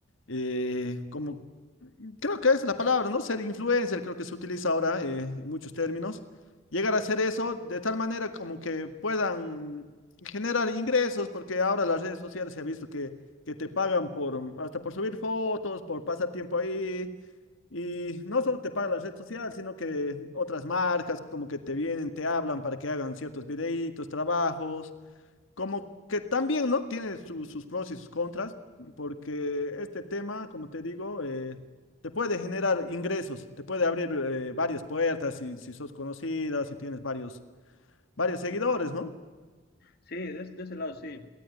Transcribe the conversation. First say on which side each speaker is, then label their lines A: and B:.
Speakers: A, on the left (about 80°); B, on the left (about 50°).
A: eh, como, creo que es la palabra, ¿no? Ser influencer, creo que se utiliza ahora eh, en muchos términos. Llegar a hacer eso de tal manera como que puedan generar ingresos, porque ahora las redes sociales se ha visto que, que te pagan por, mm, hasta por subir fotos, por pasar tiempo ahí. Y no solo te paga la red social, sino que otras marcas como que te vienen, te hablan para que hagan ciertos videitos, trabajos, como que también, ¿no? Tiene su- sus pros y sus contras, porque este tema, como te digo, eh, te puede generar ingresos, te puede abrir eh, varias puertas si, si sos conocida, si tienes varios, varios seguidores, ¿no?
B: Sí, de, es- de ese lado sí.